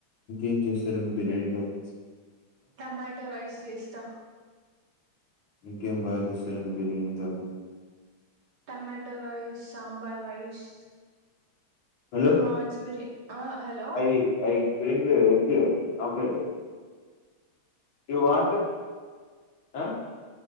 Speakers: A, on the left; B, on the right.
A: ఏం చేసారండి బిర్యాని బాగోచ్
B: టమాటో రైస్ చేస్తా
A: ఇంకే బా చేస్తారండి బిర్యానీ కాకుండ
B: tomato rice sambar rice
A: hello
B: prawns బిర్యా ఆ hello
A: I I bring egg omelette you want ఆ